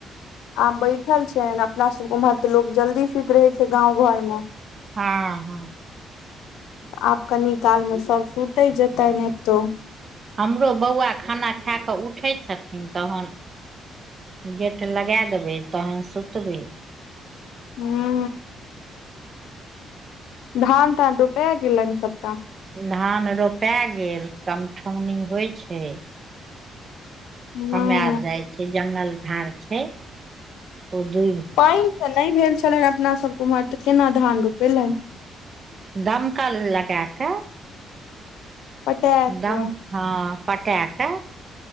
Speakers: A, on the left; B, on the right.
A: आब बैठल छै अपना सभ उम्हर तऽ लोको जल्दी सुति रहे छै गाव घर मे
B: हँ हँ।
A: आब कनि काल मे सभ सुते जेतै ने तो
B: हमरो बौआ खाना खा कऽ उठै छथिन तहन। गेट लगा देबै तहन सुतबै।
A: हूँ। धान धान रुपैग गेल लंग सभटा।
B: धान रोपा गेल कमठौनी होइत छै।
A: हूँ
B: कमायल जाय छै जंगल झाड़ छै ओ दू
A: पाइन तऽ नहि भेल छलनि अपना सभके ओम्हर तऽ केना धान रोपेलेन?
B: दमकल लगा कऽ
A: पटाए
B: दम
A: कऽ
B: हँ पटा कऽ